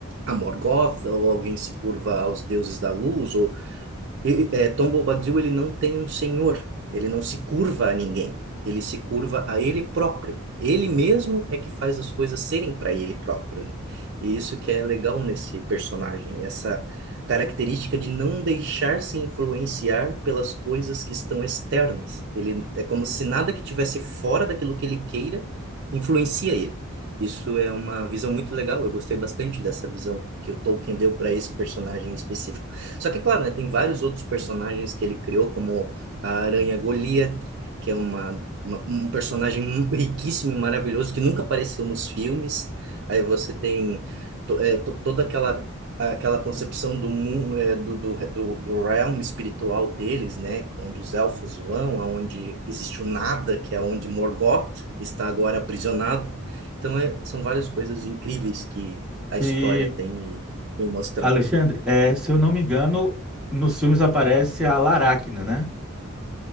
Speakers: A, on the right; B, in the centre.
A: a Morgoth, ou alguém se curva aos deuses da luz, ou e- é, Tom Bobadil, ele não tem um senhor, ele não se curva a ninguém, ele se curva a ele próprio. Ele mesmo é que faz as coisas serem para ele próprio, né? E isso que é legal nesse personagem, essa característica de não deixar se influenciar pelas coisas que estão externas. Ele é como se nada que tivesse fora daquilo que ele queira influencia ele. Isso é uma visão muito legal, eu gostei bastante dessa visão que o Tolkien deu para esse personagem específico. Só que, claro, né, tem vários outros personagens que ele criou, como a Aranha Goliath, que é uma, uma- um personagem riquíssimo e maravilhoso que nunca apareceu nos filmes. Aí você tem to- é, to- toda aquela aquela concepção do, mu- é, do, do, do, do realm espiritual deles, né? Onde os elfos vão, aonde existe o nada, que é onde Morgoth está agora aprisionado. Então, é, são várias coisas incríveis que a
B: E,
A: história tem e foi mostrado.
B: Alexandre, é, se eu não me engano, nos filmes aparece a Laracna, né?